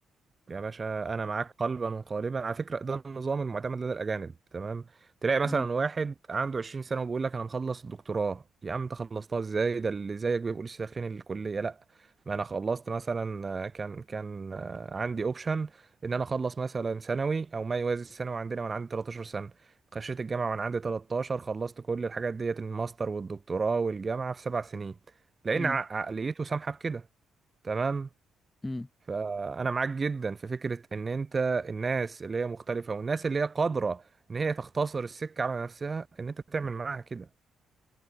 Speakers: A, on the right; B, on the left.
A: يا باشا انا معاك قلبا وقالبا على فكره ده النظام المعتمد لدى الاجانب تمام تلاقي مثلا
B: امم
A: واحد عنده 20 سنه وبيقول لك انا مخلص الدكتوراه يا عم انت خلصتها ازاي ده اللي زيك بيبقوا لسه داخلين الكليه لا ما انا خلصت مثلا آه، كان كان آه، عندي اوبشن ان انا اخلص مثلا ثانوي او ما يوازي الثانوي عندنا وانا عندي 13 سنه خشيت الجامعه وانا عندي 13 خلصت كل الحاجات ديت الماستر والدكتوراه والجامعه في سبع سنين لان
B: امم
A: ع- عقليته سامحه بكده تمام
B: امم
A: فانا معاك جدا في فكره ان انت الناس اللي هي مختلفه والناس اللي هي قادره ان هي تختصر السكه على نفسها ان انت تعمل معاها كده